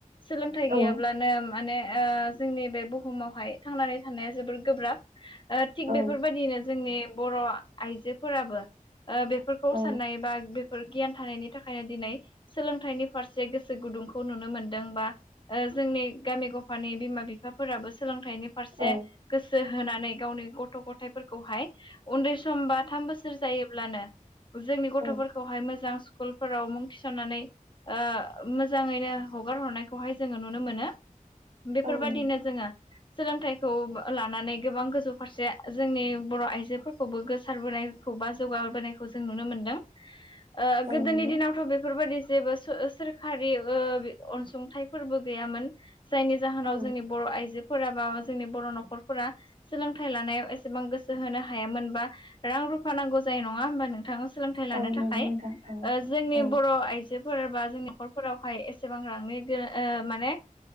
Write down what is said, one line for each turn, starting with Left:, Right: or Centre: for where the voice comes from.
Left: सोलोंथाइ गैयाब्ला।
Right: औ
Left: अब्लानो माने जोंनि ओ बे बुहुमावहाय थांनानै थानाया जोबोर गोब्राब ओ थिग
Right: औ
Left: बेफोरबायदिनो जोंनि बर' आइजोफोराबो ओ बेफोरखौ
Right: औ
Left: साननाय बा बेफोर गियान थानायनि थाखायनो दिनै सोलोंथाइ थाइनि फारसे गोसो गुदुंखौ नुनो मोनदों बा जोंनि गामि गफानि बिमा बिफाफोराबो सोलोंथाइनि फारसे
Right: औ
Left: गोसो होनानै गावनि गथ' गथाय' थायफोरखौहाय उन्दै सम बा थाम बोसोर जायोब्लानो जोंनि गथ'फोरखौहाय
Right: औ
Left: मोजां स्कुलफोराव मुं थिसननानै ओ मोजाङैनो हगारहरनायखौहाय जोङो नुनो मोनो बेफोरबायदिनो
Right: औ नों
Left: जोङो सोलोंथाइखौ लानानै गोबां गोजौ फारसे जोंनि बर' आइजोफोरखौबो गोसार बोनायखौ बा जौगाबोनायखौ खौ जों नुनो मोनदों ओ
Right: औ
Left: गोदोनि
Right: नंगौ
Left: दिनावथ' बेफोरबायदि जेबो सोरखारि ओ अनसुंथाइफोरबो गैयामोन जायनि जाहोनाव
Right: औ
Left: जोंनि बर' आइजोफोरा बा जोंनि बर' न'खरफोरा सोलोंथाइ लानायाव एसेबां गोसो होनो हायामोनबा रां रुफा नांगौ जायो नङा होमबा नोंथां सोलोंथाइ
Right: औ
Left: लानो
Right: नंगौ
Left: थाखाय
Right: नोंथां औ
Left: ओ जोंनि
Right: औ औ
Left: बर' आइजोफोर बा जोंनि न'खरफोरावहाय एसेबां रांनि गो ओ माने